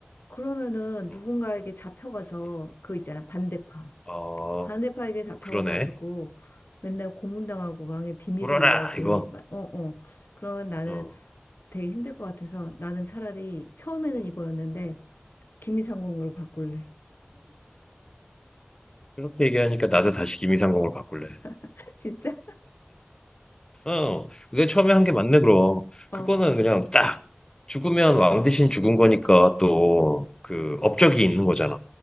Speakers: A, on the left; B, on the left.
A: 그러면은
B: 음,
A: 누군가에게 잡혀가서
B: 음.
A: 그 있잖아, 반대파.
B: 어,
A: 반대파에게 잡혀가지고
B: 그러네.
A: 맨날 고문당하고 왕의 비밀을
B: 울어라,
A: 이야기해.
B: 이거.
A: 막, 어, 어. 그러면 나는
B: 어,
A: 되게 힘들 것 같아서 나는 차라리 처음에는
B: 음.
A: 이거였는데 김미상공으로 바꿀래.
B: 그렇게 얘기하니까 나도 다시 김이상공을 바꿀래.
A: <laughs> 진짜?
B: 어, 내가 처음에 한 게 맞네, 그럼.
A: 어,
B: 그거는 그냥 딱 죽으면 왕 대신 죽은 거니까 또 그 업적이 있는 거잖아.